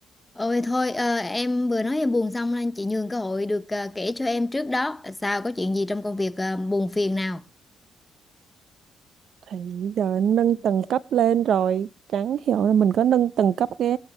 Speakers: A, on the left; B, on the right.
A: Ôi thôi ờ, em vừa nói em buồn xong nên chị nhường cơ hội được ờ, kể cho em trước đó sao có chuyện gì trong công việc ờ, buồn phiền nào
B: thì giờ anh nâng tầng cấp lên rồi chẳng hiểu là mình có nâng tầng cấp cái